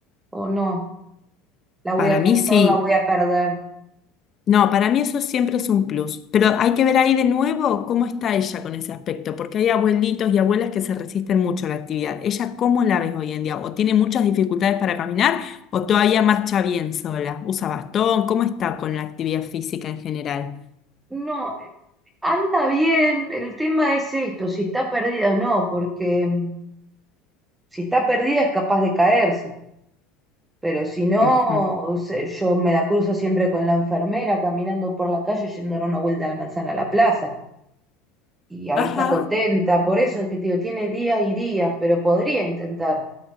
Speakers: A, on the right; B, on the left.
A: o no? La voy
B: Para
A: a cansar,
B: mí sí.
A: la voy a perder.
B: No, para mí eso siempre es un plus, pero hay que ver ahí de nuevo cómo está ella con ese aspecto, porque hay abuelitos y abuelas que se resisten mucho a la actividad. ¿Ella cómo la ves hoy en día? ¿O tiene muchas dificultades para caminar o todavía marcha bien sola? ¿Usa bastón? ¿Cómo está con la actividad física en general?
A: No, anda bien. El tema es esto, si está perdida o no, porque mm, si está perdida es capaz de caerse. Pero si no,
B: Ujú.
A: o sea, yo me la cruzo siempre con la enfermera caminando por la calle yendo a dar una vuelta a la manzana a la plaza. Y ahí
B: Ajá,
A: está contenta. Por eso es que te digo, tiene días y días, pero podría intentar